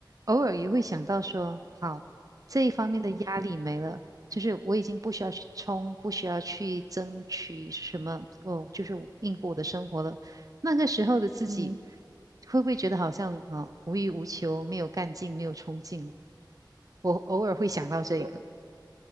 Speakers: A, on the right (about 45°); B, on the right (about 75°).
A: 偶尔也会想到说，好，这一方面的压力没了，
B: 嗯
A: 就是我已经不需要去冲，不需要去争取是什么，哦，就是应付我的生活了。那个时候的自己，
B: 嗯，
A: 会不会觉得好像啊、无欲无求，没有干劲，没有冲劲了？我偶尔会想到这个，
B: 对。